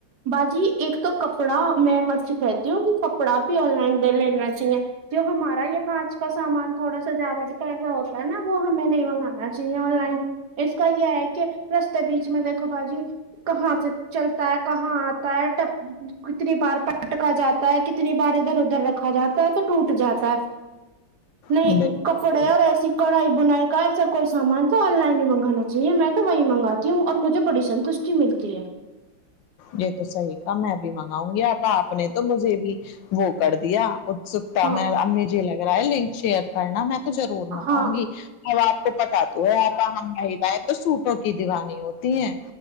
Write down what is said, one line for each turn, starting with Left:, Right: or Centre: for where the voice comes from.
Right: باجی ایک تو کپڑا میں مر سے کہتی کیوںکہ کپڑا بھی آن لائن دے لینا چاہیے جو ہمارا یہ کانچ کا سامان تھوڑا سا ذیادہ ہوتا ہے نا وہ ہمیں نہیں منگانا جی آن لائن اس کا یہ ہے کہ رستے بیچ میں دیکھو باجی کہاں سے چلتا ہے کہاں آتا ہے کتنی بار پٹکا جاتا ہے کتنی بار ادھر ادھر رکھا جاتا ہے تو ٹوٹ جاتا ہے نہیں
Left: بالکل،
Right: ک کھڑے اور ایسی کڑھائی بنائی کا ایسا کوئی سامان تو آن لائن ہی منگانا چاہیے میں تو وہیں منگاتا تی ہوں اور مجھے بڑی سنتوشٹی ملتی ہے
Left: یہ تو صحیح کہا میں بھی منگاؤں گی اب آپ نے تو مجھے بھی وہ کر دیا اتسکتا
Right: ہاں
Left: میں اب مجھے لگ رہا ہے لنک شیئر کرنا میں تو ضرور منگاؤں
Right: ہاں
Left: گی اب آپ کو پتا تو ہے آپ ہم مہیلایں تو سوٹوں کی دیوانی ہوتی تی ہے